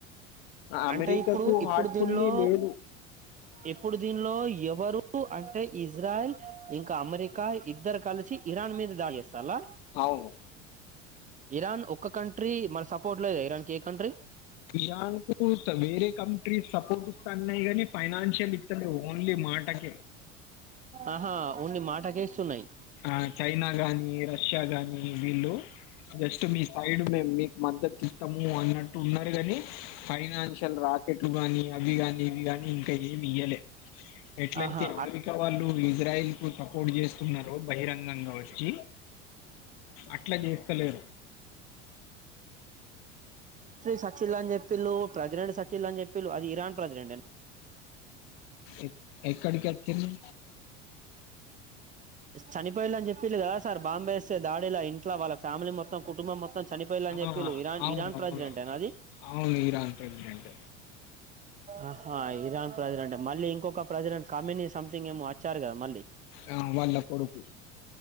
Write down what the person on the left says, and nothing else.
ఆ, అమెరికాకు
హార్ట్ఫుల్లీ
లేదు
అవును
ఇయాంగ్పూర్ వేరే కంట్రీ సపోకిస్తా నీ ఫైనాన్షియల్ ఇతలే ఓన్లీ మాటక
ఆ చైనా గాని రష్యా గాని వీళ్ళు జస్ట్ మీ సైడ్ మేము మీకు మద్దతు ము అన్నట్టు ఉన్నారు కాని ఫైనాన్షియల్ రాకెట్ రుబాని అవి కానీ ఇవి కానీ ఇంకా ఏమి ఇయ్యలే ఎట్లయితే
అమెరికా వాళ్ళు ఇజ్రాయల్ కు సపోర్ట్ చేస్తున్నారు బహిరంగంగా వచ్చి అట్లా చేస్తలేరు
ఎ ఎక్కడికిచ్చన్నా
ఆ
అవును
అవును
అవును ఇరా అంటగడెంట
ఆ! వాళ్ళ కొడుకు.